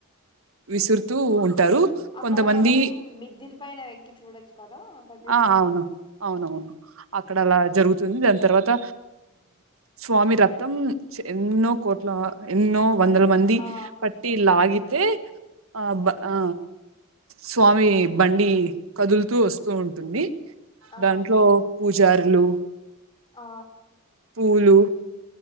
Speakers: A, on the right; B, on the left.
A: విసురుతూ ఉం
B: అక్కడ
A: కొంతమంది
B: మనం మిద్దిల్ పైన ఎక్కి చూడొచ్చు కదా కదిర్లో
A: ఆ ఆ అవును అక్కడ అలా జరుగుతుంది తర్వాత స్వామి రత్నం ఎన్నో కోట్ల ఎన్నో వందల మంది
B: ఆ
A: పట్టి లాగి ఆ ఆ స్వామి బండి కదులుతూ వస్తూ ఉంటాంది తుమ్మి
B: ఆ
A: దాంట్లో పూజారులు
B: ఆ
A: పూలు